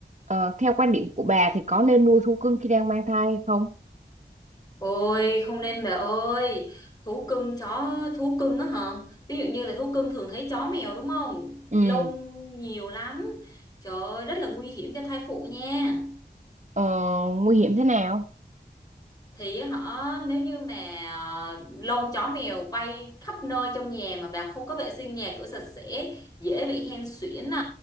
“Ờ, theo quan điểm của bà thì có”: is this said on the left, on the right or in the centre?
Right